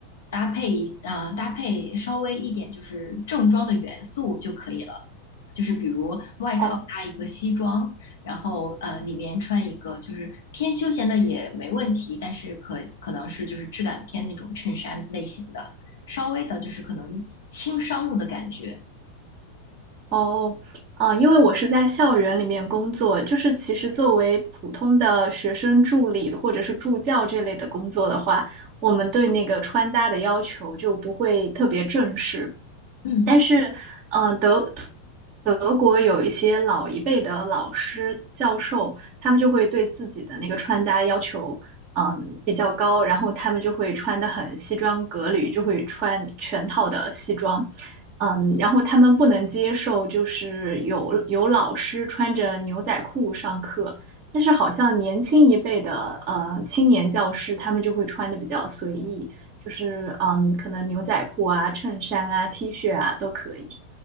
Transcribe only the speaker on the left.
搭配嗯、呃搭配稍微一点就是正装的元素就可以了。就是比如外套搭一个西装，
然后呃里面穿一个就是偏休闲的也没问题，但是可可能是就是质感偏那种衬衫类型的，稍微的就是可能轻商务的感觉。
嗯。